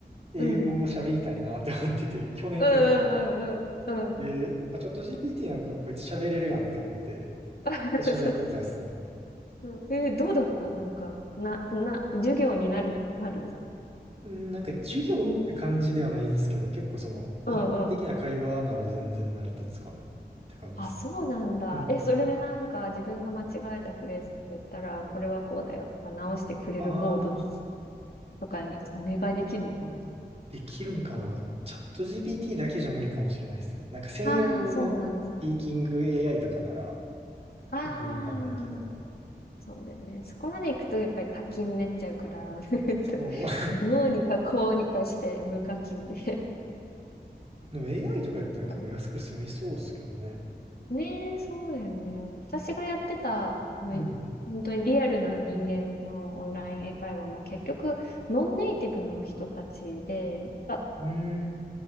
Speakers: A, on the right (about 35°); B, on the left (about 60°).
A: 英語を喋りたいなって思ってて、
B: うん。
A: <laughs> 去年ぐらい。
B: うんうんうんうんうん。
A: で、まあ、チャット GPT なんかこいつ喋れるやんって思って
B: <laughs>
A: 喋ってたっすね。
B: そうそうそう。えーどうだったなんか、な、な、授業になる、なる
A: うんなんか授業って感じではないんですけど、
B: 勉
A: 結構その一般的な会話なら全然成り立つかなって感じですね。
B: うんうん。あ、そうなんだ。
A: うん。
B: え、それでなんか自分が間違えたフレーズ言ったら、これはこうだよとか直してくれるモード
A: ああ、
B: とかにお願いできるのかな。
A: できるんかな。チャット GPT だけじゃ無理かもしれないですね。なんか専用のスピーキング
B: ああー、そうなんだ。
A: AI とかなら
B: ああ、
A: いけるかもやけど、
B: そうだよね。そこまで行くとやっぱり課金になっちゃうから、<laughs>
A: そう。
B: どうにかこうにかして無課金で
A: でも AI
B: <laughs>
A: とかやったら結構安く済みそうですけどね。
B: やりたい。ねえ、そうだよね。私がやってた、あのい本当にリアルな人間のオンライン英会話も結局、
A: うん。
B: ノンネイティブの人たちで、だ、
A: うん。